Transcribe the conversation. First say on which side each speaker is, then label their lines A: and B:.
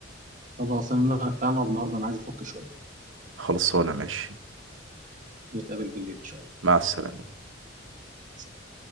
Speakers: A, on the right (about 40°); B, on the right (about 80°).
A: خلاص أنا تعالى نقعد النهاردة أنا عايز أفك شوية
B: خلصانة ماشي
A: نتقابل بالليل إن شاء
B: مع السلامة
A: الله